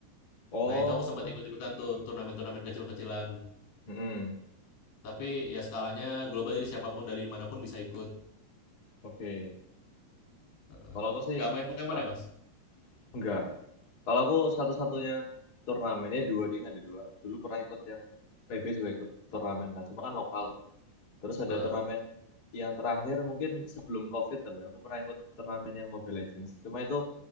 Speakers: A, on the left; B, on the left.
A: Oh.
B: Nah itu aku sempat ikut-ikutan tuh turnamen-turnamen kecil-kecilan.
A: Mm-mm.
B: Tapi ya skalanya global jadi siapapun dari manapun bisa ikut.
A: Oke.
B: Heeh.
A: Kalau aku sih
B: Nggak main Pokemon
A: sa-
B: ya, Mas?
A: Enggak. Kalau aku satu-satunya turnamennya dua ding ada dua. Dulu pernah ikut yang PB juga ikut turnamen kan, cuma kan lokal. Terus ada
B: Heeh.
A: turnamen yang terakhir mungkin sebelum COVID tapi aku pernah ikut turnamen yang Mobile Legends. Cuma itu